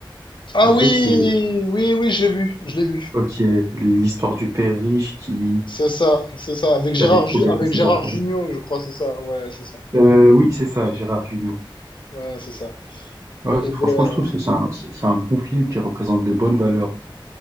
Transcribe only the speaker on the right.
En
fait, c'est
ok l'histoire du père riche qui
avait trop
gâté
ses
enfants.
Euh, oui, c'est ça, Gérard Jugnot.
Ouais,
franchement,
je trouve que c'est un, c'est c'est un bon film qui représente de bonnes valeurs.